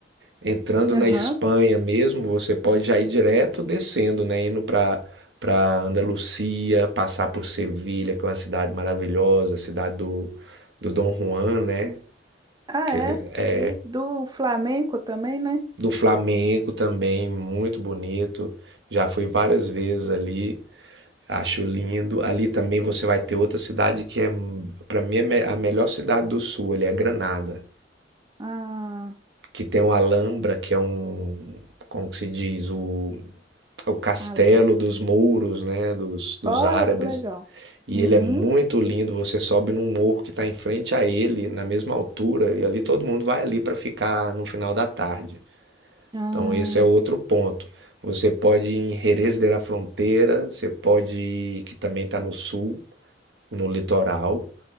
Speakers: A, on the right; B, on the right.
A: Entrando
B: Aham.
A: na Espanha mesmo, você pode já ir direto descendo, né? Indo para para Andalucia, passar por Sevilha, que é uma cidade maravilhosa, a cidade do, do Dom Juan, né?
B: Ah,
A: Que
B: é.
A: ele é
B: E do Flamengo também, né?
A: do Flamengo também, muito bonito. Já fui várias vezes ali, acho lindo. Ali também você vai ter outra cidade que é, para mim, é me- a melhor cidade do sul, ali é Granada,
B: Ah,
A: que tem o Alhambra, que é um, como que se diz, o, o castelo
B: Alhambra.
A: dos mouros, né, dos, dos
B: Olha
A: árabes.
B: que legal.
A: E
B: Uhum.
A: ele é muito lindo, você sobe num morro que está em frente a ele, na mesma altura, e ali todo mundo vai ali para ficar no final da tarde.
B: Ah,
A: Então, esse é outro ponto. Você pode ir em Jerez de la Frontera, você pode ir, que também está no sul, no litoral.